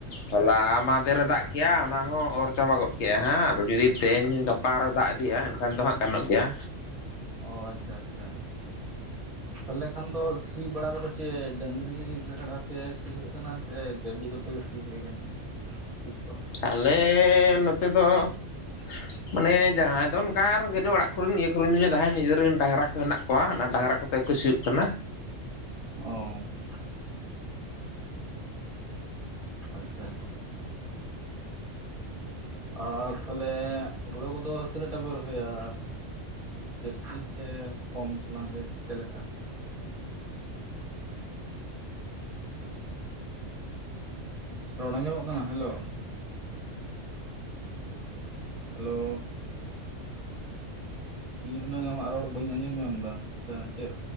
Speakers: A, on the left (about 70°); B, on the right (about 35°).
A: ᱦᱚᱞᱟ ᱢᱟᱦᱫᱷᱮ ᱨᱮ ᱫᱟᱜ ᱠᱮᱜᱼᱟ ᱚᱱᱟ ᱦᱚᱸ ᱚᱨ ᱪᱟᱵᱟ ᱜᱚᱫ ᱠᱮᱜᱼᱟ ᱦᱟᱸ ᱟᱫᱚ ᱡᱩᱫᱤ ᱛᱮᱦᱮᱧᱼᱼ ᱜᱟᱯᱟ ᱟᱨᱚ ᱫᱟᱜ ᱤᱫᱤᱭᱟᱭ ᱟᱭ ᱮᱱᱠᱷᱟᱱ ᱫᱚ ᱦᱟᱸᱜ ᱜᱟᱱᱚᱜ ᱜᱮᱭᱟ᱾
B: ᱚ ᱟᱪᱪᱷᱟ ᱟᱪᱪᱷᱟ᱾ ᱛᱟᱦᱞᱮ ᱠᱷᱟᱱ ᱫᱚ ᱥᱤ ᱵᱟᱲᱟ ᱠᱚᱫᱚ ᱪᱮᱫ ᱰᱟᱹᱝᱨᱤ ᱠᱟᱲᱟ ᱛᱮ ᱥᱤ ᱦᱩᱭᱩᱭ ᱠᱟᱱᱟ ᱥᱮ ᱜᱟᱹᱰᱤ ᱠᱚ? ᱥᱮ ᱥᱤᱭ ᱦᱩᱭ ᱠᱟᱱᱟ ᱥᱤ ᱠᱚ
A: ᱟᱞᱮ ᱱᱚᱛᱮ ᱫᱚᱼᱼ
B: <unintelligible>
A: ᱢᱟᱱᱮ ᱡᱟᱦᱟᱸᱭ ᱫᱚ ᱚᱱᱠᱟ ᱨᱮᱜᱮᱡ ᱚᱲᱟᱜ ᱠᱚᱨᱮ ᱤᱭᱟᱹ <unintelligible> ᱡᱟᱦᱟᱸᱭ ᱱᱤᱡᱮᱨᱮᱱ ᱰᱟᱝᱨᱟ ᱠᱚ ᱦᱮᱱᱟᱜ ᱠᱚᱣᱟ ᱚᱱᱟ ᱰᱟᱝᱨᱟ ᱠᱚᱼᱼ ᱛᱮ ᱠᱚ ᱥᱤᱭᱩᱜ ᱠᱟᱱᱟ᱾
B: ᱚ᱾ ᱟᱪᱪᱷᱟ᱾ ᱟᱨ ᱛᱟᱦᱞᱮ ᱦᱳᱲᱳ ᱠᱚᱫᱚ ᱛᱤᱱᱟᱹᱜ ᱴᱟ ᱯᱮ ᱨᱚᱦᱚᱭᱟ? ᱡᱟᱹᱥᱛᱤ ᱥᱮ ᱠᱚᱢ ᱛᱷᱚᱞᱟᱝ ᱜᱮ ᱪᱮᱫ ᱞᱮᱠᱟ? ᱨᱚᱲ ᱟᱸᱡᱚᱢᱚᱜ ᱠᱟᱱᱟ? ᱦᱮᱞᱳ᱾ ᱦᱮᱞᱳ? ᱤᱧ ᱦᱩᱱᱟᱹᱝ ᱟᱢᱟᱜ ᱨᱚᱲ ᱵᱟᱹᱧ ᱟᱸᱡᱚᱢ ᱧᱟᱢ ᱫᱟ ᱡᱟᱦᱟᱸ ᱪᱮᱫ᱾